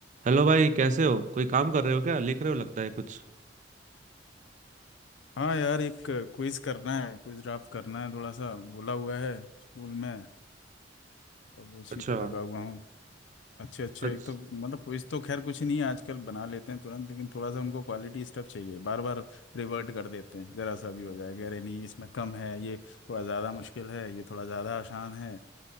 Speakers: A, on the right (about 40°); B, on the left (about 80°).
A: Hello भाई कैसे हो कोई काम कर रहे हो क्या लिख रहे हो लगता है कुछ
B: हाँ यार एक क्विज करना है क्विज ड्राफ्ट करना है थोड़ा सा बोला हुआ है स्कूल में अब उसी
A: अच्छा
B: पे लगा हुआ हूँ अच्छे अच्छे
A: अच्छा
B: एक तो मतलब क्विज तो खैर कुछ नहीं है आजकल बना लेते हैं तुरंत लेकिन थोड़ा सा उनको क्वालिटी स्टफ चाहिए बार बार रिवर्ट कर देते हैं जरा सा भी हो जाएगा अरे नहीं इसमें कम है ये थोड़ा ज़्यादा मुश्किल है ये थोड़ा ज़्यादा आसान है